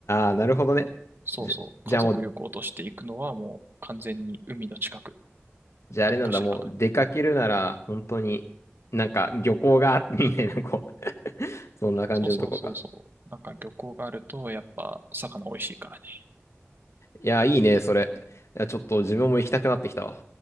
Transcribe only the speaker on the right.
そうそう、
家族旅行として行くのはもう完全に海の近く、
どっかしら。
そうそうそうそう。なんか漁港があると、やっぱ魚美味しいからね。